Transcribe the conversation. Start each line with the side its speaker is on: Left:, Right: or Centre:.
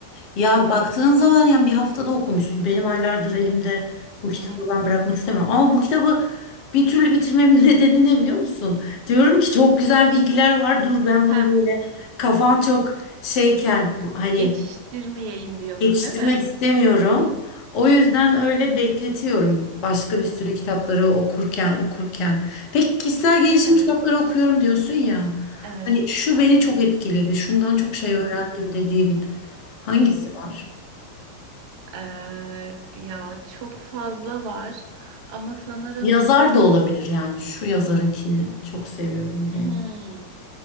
Left: ya
Right: Hı hı
Left: baktığın zaman yani bir haftada okumuşsun. Benim aylardır elimde bu kitabı
Right: hı. hı.
Left: ben bırakmak istemiyorum. Ama bu kitabı bir türlü bitirmemin <laughs> nedeni ne biliyor musun? Diyorum ki çok güzel bilgiler var. Dur ben bunu
Right: Heh,
Left: böyle kafam çok şeyken bu, hani
Right: geçiştirmeyeyim diyorsun
Left: Yetiştirmek
Right: değil mi?
Left: istemiyorum. O yüzden öyle bekletiyorum. Başka bir sürü kitapları okurken okurken. Peki kişisel gelişim
Right: Evet,
Left: kitapları okuyorum diyorsun ya.
Right: evet.
Left: Hani şu beni çok etkiledi. Şundan çok şey
Right: Hı
Left: öğrendim
Right: hı.
Left: dediğin hangisi
Right: Hı.
Left: var?
Right: Ee, ya çok fazla var ama sanırım
Left: Yazar da olabilir yani. Şu yazarınkini çok seviyorum diye.
Right: Hmm,